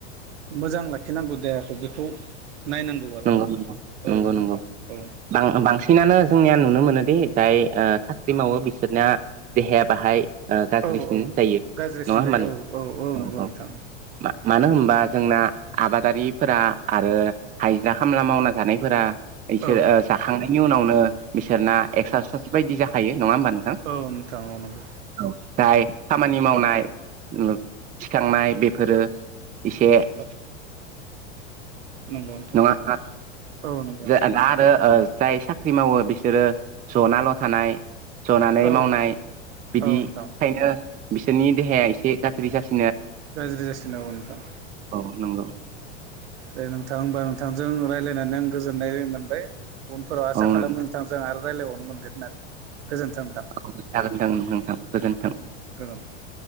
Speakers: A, on the right; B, on the right.
A: मोजां लाखिनांगौ देहाखौ बेखौ नायनांगौ आरो।
B: नंगौ नंगौ
A: औ नोंथां
B: नंगौ
A: औ
B: बां बांसिनानो जोंनिया नुनो मोनो बे ओ जाय साख्रि मावो बिसोरनि देहाया बाहाय गाज्रिसिन
A: औ औ
B: जायो
A: गाज्रिसिन
B: नङा
A: जायो
B: होमबा नोंहा
A: औ औ
B: औ
A: नंगौ
B: औ
A: नोंथां
B: मा मानो होनबा जोंना आबादारिफोरा आरो हाइजिरा खामला मावना जानायफोरा बिसोर
A: औ
B: ओ जाखांनायनि उनावनो बिसोरना एक्सारसाइस बायदि जाखायो। नङा होमबा नोंथां
A: औ नोंथां औ नंगौ
B: औ जाय खामानि मावनाय ओम थिखांनाय बेफोरो एसे
A: औ नंगौ नोंथां
B: नङा औ
A: औ नंगौ
B: दा
A: नोंथां
B: आरो ओ जाय साख्रि मावो बिसोरो जनाल' थानाय जनानै
A: औ
B: मावनाय बिदिखायनो
A: औ नोंथां
B: बिसोरनि देहाया एसे गाज्रि जासिन
A: गाज्रि जासिनो औ नोंथां।
B: नोंगौ।
A: दे नोंथां होनबा नोंथांजों रायलायनानै आं गोजोननाय मोनबाय। उनफोराव आसा
B: औ
A: खालामो
B: नोंथां
A: नोंथांजों आरो रायलायबावनो मोनगोन होननानै। गोजोन्थों नोंथां
B: औ जागोन जागोन नोंथां गोजोन्थों
A: औ दे गोजोन्थों। <inaudible>